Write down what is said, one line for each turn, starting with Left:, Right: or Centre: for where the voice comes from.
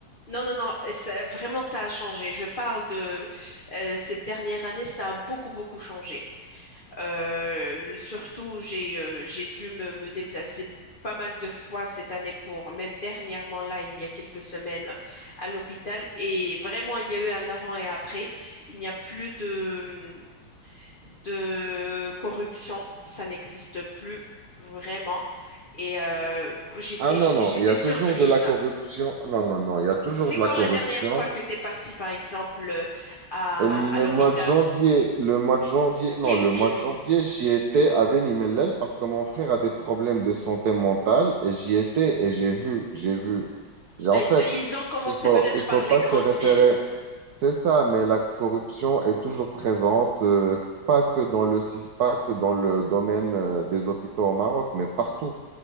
Left: Non, non, non, ça- vraiment ça a changé. Je parle de euh, cette dernière année, ça a beaucoup, beaucoup changé. Euh, surtout, j'ai euh, j'ai dû me, me déplacer pas mal de fois cette année pour, même dernièrement là, il y a quelques semaines à l'hôpital. Et vraiment, il y a eu un avant et après. Il n'y a plus de, de corruption. Ça n'existe plus vraiment. Et euh, j'étais,
Right: ah non,
Left: j'étais
Right: non, il y a
Left: surprise.
Right: toujours de la corruption. Non, non, non, il y a toujours
Left: C'est
Right: de
Left: quand
Right: la corruption.
Left: la dernière fois que tu es partie, par exemple, à,
Right: Le
Left: à l'hôpital?
Right: mois de janvier, le mois de janvier, non,
Left: Quelle
Right: le
Left: ville?
Right: mois de janvier, j'y étais à Beni Mellel parce que mon frère a des problèmes de santé mentale et j'y étais et j'ai vu, j'ai vu. J'ai, en
Left: Ils,
Right: fait,
Left: ils ont commencé
Right: il faut,
Left: peut-être
Right: il faut
Left: par
Right: pas
Left: les grandes
Right: se référer.
Left: villes.
Right: C'est ça, mais la corruption est toujours présente, euh, pas que dans le, sys- pas que dans le domaine, euh, des hôpitaux au Maroc, mais partout.